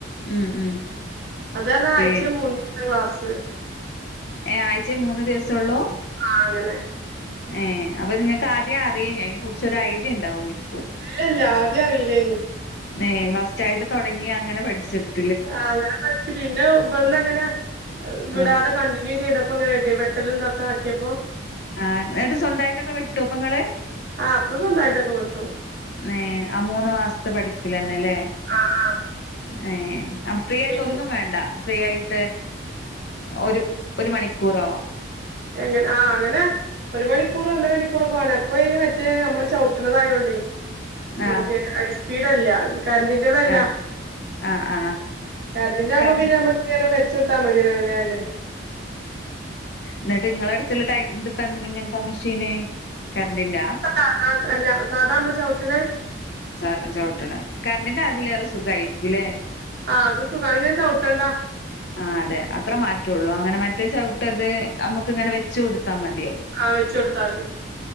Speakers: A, on the left; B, on the right.
A: ഉം ഉം
B: അതാണ് ആഴ്ചേ
A: പി
B: മൂന്നീ ക്ലാസ്സ്
A: ഏഹ് ആഴ്ചേ മൂന്ന് ദിവസംള്ളൂ
B: ആഹ് അങ്ങനെ
A: ഏഹ് അപ്പൊ നിങ്ങക്ക് ആദ്യേം അറീനേ അയ്നെ കുർച്ചൊരു ഐഡിയ ഇണ്ടാവ്വേരിക്കും
B: ഇല്ലല്ല ആദ്യം അറീലേനി
A: യേ ഫസ്റ്റായിട്ട് തൊടങ്ങി അങ്ങനെ പഠിച്ചെടുത്തു.
B: ആഹ് അങ്ങനെ പടിച് പിന്നെ ഇവിടന്നങ്ങനെ വിടാതെ
A: ആഹ്
B: കണ്ടി ന്യൂ ചെയ്തപ്പങ്ങനെട്ടെ വെട്ടലുംതൊക്കെ ആക്കിയപ്പോ
A: ആഹ ന്നിട്ട് സ്വന്തായിട്ടൊക്കെ വെട്ടോ ഇപ്പങ്ങള്
B: ആ അപ്പൊ സ്വന്തമായിട്ടൊക്കെ വിട്ടു
A: ഏഹ് ആ മൂന്ന് മാസ്ത്തെ പഠിപ്പിലന്നെലേ
B: ആ ആ
A: ഏഹ് ആ ഫ്രീയായിട്ടൊന്നും
B: പിന്ന
A: വേണ്ട ഫ്രീയായിട്ട് ഒരു ഒരു മണിക്കൂറോ?
B: എങ്ങ ആഹ് അങ്ങനെ ഒരു മണിക്കൂറ് ഒന്നരണിക്കൂറൊക്കെ വേണം അപ്പൊ ഇനി മറ്റേഅമ്മള് ചവ്ട്ട്ണതായോണ്ടേ
A: ആഹ്
B: മറ്റേഐസ്പീഡല്ല കര്ൻ്റി ന്റതല്ല
A: ആഹ് ആഹ് ആഹ്
B: കര്ന്റിന്റാവുമ്പൊ
A: കറ
B: പിന്നെ അമ്മ <unintelligible> വെച്ചൊട്ത്താ മതിയ വേ വേണ്ട്
A: ന്നിട്ട്ങ്ങളെട്ത്ത്ള്ള ടൈപ്പ എങ്ങൻത്താ മിഷേന് കറന്റിന്റാ
B: ആഹ് അല്ല സാധാമ്മള് ചവ്ട്ട്ണ
A: സാ ചവ്ട്ട്ണെ കറന്റിന്റതിലേറെ സുഗായിരിക്കൂലേ
B: ആഹ് അത് സുഗാ യിങ്ങെചവ്ട്ടണ്ടാ...
A: ആഹ് അതെ അത്ര മാറ്റൊള്ളൂ അങ്ങനെ മറ്റേ ചവ്ട്ടത് നമ്ക്ക്ങ്ങനെ വെച്ച് കൊടുത്താ മതിയോ
B: ആഹ് വെച്ചൊട്ത്താതി